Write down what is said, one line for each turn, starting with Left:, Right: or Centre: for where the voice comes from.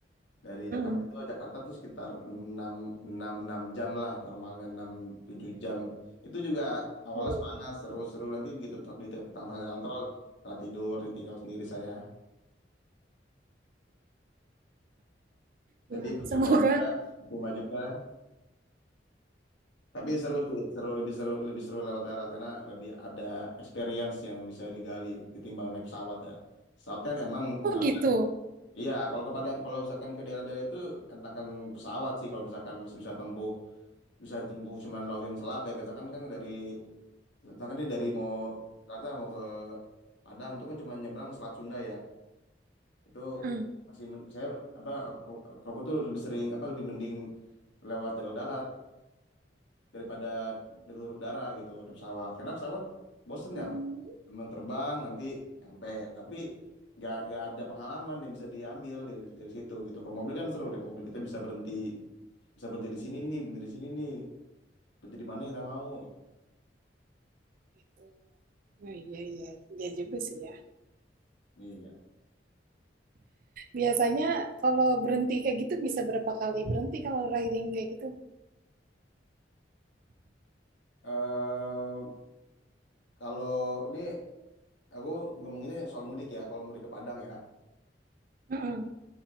Left: Dari
Right: Hmm.
Left: Jakarta itu Jakarta tuh sekitar 6, 6, 6 jam lah normalnya 6, 7 jam. Itu juga awalnya
Right: Oh,
Left: semangat seru-seru nanti begitu t- di te- tengah-tengah jalan tol malah tidur ditinggal sendiri saya.
Right: ya
Left: Jadi percuma
Right: semoga.
Left: juga, percuma juga. Tapi seru sih, seru lebih seru lebih seru lewat darat karena lebih ada experience yang bisa digali ketimbang naik pesawat ya. Pesawat kan emang
Right: Oh
Left: nyaman.
Right: gitu.
Left: Iya, kalau ke Padang, kalau misalkan ke daerah-daerah itu enakan pesawat sih kalau misalkan masih bisa tempuh bisa tempuh cuman lautin selat ya kita kan kan dari kita kan ini dari mau Jakarta mau ke Padang itu kan cuma nyebrang selat Sunda ya itu
Right: Hmm.
Left: masih men- saya apa aku, aku, aku tuh lebih sering apa lebih mending lewat jalur darat daripada jalur udara gitu naik pesawat karena pesawat bosennya
Right: Hmm.
Left: teman terbang nanti nyampe tapi nggak nggak ada pengalaman yang bisa diambil dari, dari situ gitu kalau mobil kan seru naik mobil kita bisa berhenti bisa berhenti di sini nih berhenti di sini nih berhenti di mana kita mau
Right: Gitu. Nah, iya, iya, iya juga sih ya.
Left: Iya.
Right: Biasanya kalau berhenti kayak gitu bisa berapa kali berhenti kalau riding kayak gitu?
Left: Eh kalau ini aku ngomonginnya soal mudik ya. Kalau mudik ke Padang ya,
Right: Mm-mm.